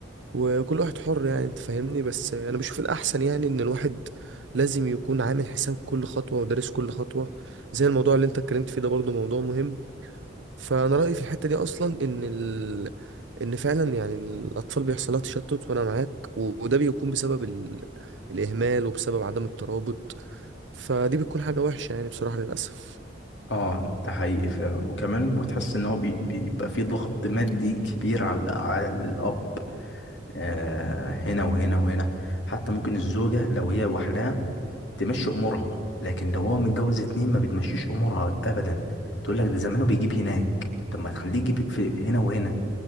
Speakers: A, on the right (about 80°); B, on the left (about 75°).
A: وكل واحد حر يعني انت فاهمني بس انا بشوف الاحسن يعني ان الواحد لازم يكون عامل حساب كل خطوة ودارس كل خطوة زي الموضوع اللي انت اتكلمت فيه ده برضه موضوع مهم فانا رأيي في الحتة دي اصلا ان ال... ان فعلا يعني الاطفال بيحصل لها تشتت وانا معاك و- وده بيكون بسبب ال... الاهمال وبسبب عدم الترابط فدي بتكون حاجة وحشة يعني بصراحة للاسف
B: اه ده حقيقي فعلا وكمان بتحس ان هو بي- بيبقى فيه ضغط مادي كبير على على الاب آه هنا وهنا وهنا حتى ممكن الزوجة لو هي لوحدها تمشي امورها لكن لو هو متجوز اتنين ما بتمشيش امورها ابدا تقول لك ده زمانه بيجيب هناك طب ما تخليه يجيب في في هنا وهنا